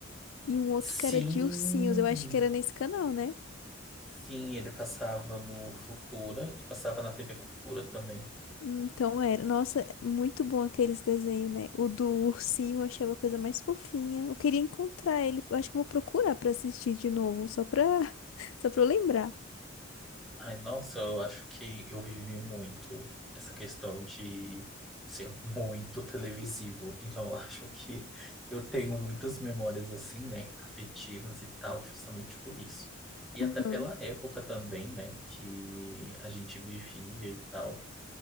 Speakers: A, on the left; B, in the centre.
A: e um outro
B: Sim,
A: que era de ursinhos. Eu acho que era nesse canal, né?
B: sim, ele passava no Futura e passava na TV Cultura também.
A: Então era. Nossa, muito bom aqueles desenhos, né? O do ursinho eu achava a coisa mais fofinha. Eu queria encontrar ele. Eu acho que eu vou procurar pra assistir de novo, só pra, <laughs> só pra eu lembrar.
B: Ai, nossa, eu acho que eu vivi muito essa questão de ser muito televisivo. Então, eu acho que eu tenho muitas memórias assim, né, afetivas e tal, justamente por isso. E até
A: Aham.
B: pela época também, né, que a gente vivia e tal.